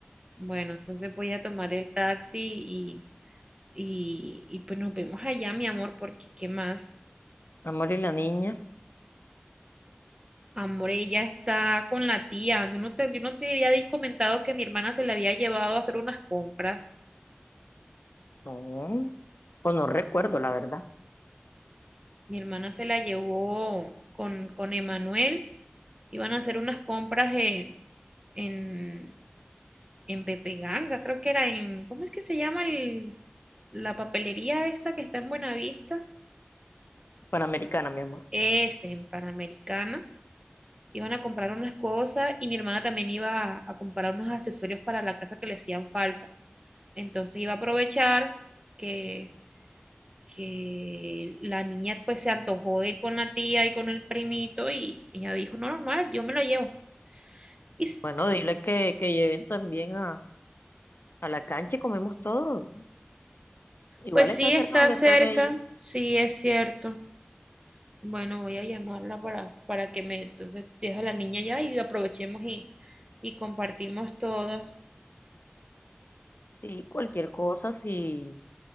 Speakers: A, on the right; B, on the left.
A: bueno, entonces voy a tomar el taxi y, y, y pues nos vemos allá, mi amor, porque ¿qué más?
B: Amor y la niña,
A: Amore ya está con la tía. Yo no te, yo no te había di- comentado que mi hermana se la había llevado a hacer unas compras.
B: no, o no recuerdo, la verdad.
A: Mi hermana se la llevó con, con Emanuel. Iban a hacer unas compras en, en, en Pepe Ganga, creo que era en, ¿cómo es que se llama el, la papelería esta que está en Buenavista?
B: Panamericana, mi amor.
A: Es en Panamericana. Iban a comprar unas cosas y mi hermana también iba a, a comprar unos accesorios para la casa que le hacían falta. Entonces iba a aprovechar que que la niña pues se antojó de ir con la tía y con el primito y y ella dijo, no, normal, yo me lo llevo. Y s-
B: Bueno, dile que, que lleven también a, a la cancha y comemos todo. Igual
A: pues sí
B: está cerca
A: está
B: donde
A: cerca,
B: están ellos.
A: sí es cierto. Bueno, voy a llamarla para, para que me, entonces deja a la niña ya y aprovechemos y, y compartimos todas.
B: Sí, cualquier cosa, si